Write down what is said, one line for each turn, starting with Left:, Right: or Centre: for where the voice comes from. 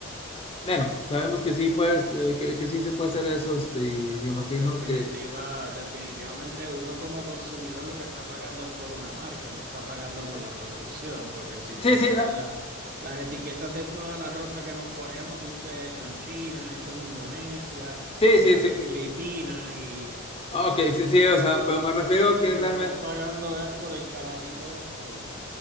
Left: bueno, sabemos que sí, pues, eh, que, que sí se puede hacer eso, este, y me imagino
Right: Definitiva,
Left: que...
Right: definitivamente uno como consumidor lo que está pagando es por una marca, no está pagando
Left: eh,
Right: por la producción, porque si tú
Left: sí, sí,
Right: le ves la- las etiquetas de toda la ropa que nos ponemos, dice hecho en China, hecho en Indonesia,
Left: sí, sí,
Right: en las
Left: sí,
Right: Filipinas, y
Left: ok,
Right: lo que, está-
Left: sí, sí, o sea,
Right: lo
Left: pero
Right: que,
Left: me refiero
Right: lo,
Left: a
Right: lo
Left: que realmente
Right: que estás pagando es por el caballito de polo.